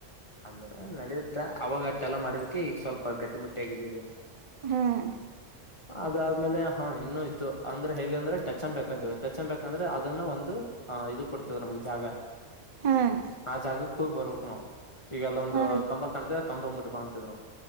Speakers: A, on the left; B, on the right.
A: ಅಂದ್ರೆ ನಡಿಯುತ್ತೆ ಅವಾಗತ್ತೆಲ್ಲ ಮಾಡಿದಕ್ಕೆ ಈಗ ಸ್ವಲ್ಪ್ ಪ ಗಟ್ಟಿಮಟ್ಟಿಯಾಗಿದ್ದೀವಿ.
B: ಹ್ಮ್
A: ಅದಾದ್ಮೇಲೆ ಹಾಂ ಇನ್ನು ಇದ್ದೋ ಅಂದ್ರೆ ಹೇಗೆಂದ್ರೆ ಟಚ್ <unintelligible> ಯಾಕಂದ್ರೆ ಅದುನ್ನ ಒಂದು ಅಹ್ ಇದು ಕೊಡ್ತಿದ್ರು ನಮಿಗ್ ಜಾಗ
B: ಹ್ಮ್
A: ಆ ಜಾಗುಕ್ ಕೂ ಬರ್ಬೇಕ್ ನಾವು ಈಗಲ್ಲೊಂದು
B: ಹ್ಮ್
A: ಕಂಬ ಕಾಣ್ತ ಕಂಬ ಮುಟ್ ಬಾ ಅಂತಿದ್ರು